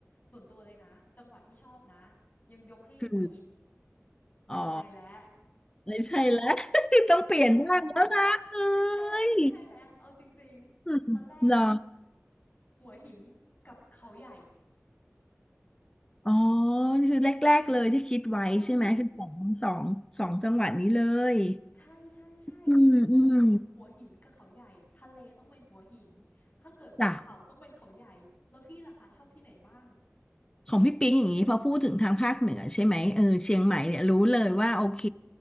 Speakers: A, on the left (about 40°); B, on the left (about 15°).
A: ส่วนตัวเลยนะจังหวัดที่ชอบนะยังยกให้หัวหิน
B: คือ
A: ไม่ใช่แล้ว
B: อ๋อไม่ใช่แล้ว <laughs> ต้องเปลี่ยนบ้างแล้วนะเอ้
A: ไม่ใช่แล้วไม่ใช่แล้วไม่ใช่แล้วเอาจริงๆตอนแรกอ่ะ
B: ยอืมเหรอ
A: หัวหินกับเขาใหญ่
B: อ๋อนี่คือแรกๆเลยที่คิดไว้ใช่ไหมคือสองสองสองจังหวัดนี้เลย
A: ใช่ ใช่ใช่ใช่คือให้อ่ะหัวหินกับเขาใหญ่ทะเลต้องเป็นหัวหิน
B: อืมอืม
A: ถ้าเกิดเป็นเขาต้องเป็นเขาใหญ่แล้วพี่ล่ะคะชอบที่ไหนบ้าง
B: จ้ะ ของพี่ปิ๊งอย่างนี้พอพูดถึงทางภาคเหนือใช่ไหมเออเชียงใหม่เนี่ยรู้เลยว่าโอเค